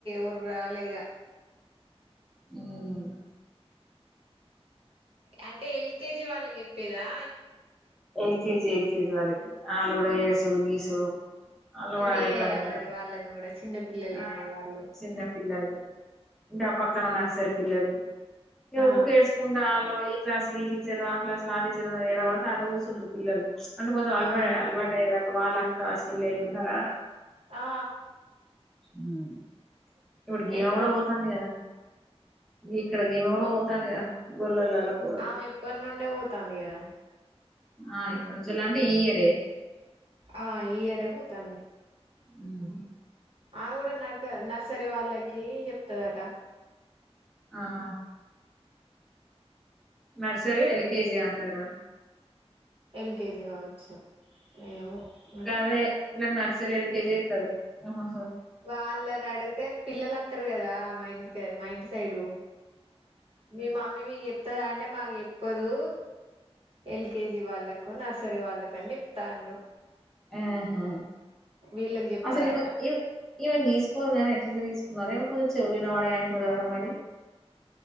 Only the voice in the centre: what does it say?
మ్
ఎల్కెజి ఎల్ కేజివాల కిఆలు కూడా ఏడ్సుడు గీసుడు వాళ్ళు కూడా
అదే పని కదా
ఆ
చిన్న పిల్లలు ఇంకా పక్కనన్నారుర సరి పిల్లలు ఏ
ఊకేస్కుంటడా ఈ క్లాస్ లో ఈ టీచర్ ఆ క్లాసు లో ఆ టీచర్ ఏడ పడితే అన్నె కూసుంటారు పిల్లలు అంటే కొంచం అలడే
అలవాడే వాళ్ళక్క సిల్లెలు ఉన్నారార
ఊ ఇప్పుడు గ్యామ్
కూడా పోతాంది కదా ఇక్కడ గీమా గూడా పోతాంది కదా కూడలు
ఆ ఇప్పుడు చెల్ంట ఈయరే
అవు
ఆహా నర్సరి ఎల్కెజి అన్నర
గదె ఇల్లకు సరే ఎల్ కేజీ ఎత్తరు ఆహా
ఆహా
అసలు ఇవ ఇవ ఇవన్ తీసుకోరుగానీ అట్లెట్లతీసుకొని మరొక కొన్ చెౌల్ ఇనవడయి అంటారుగదర మరి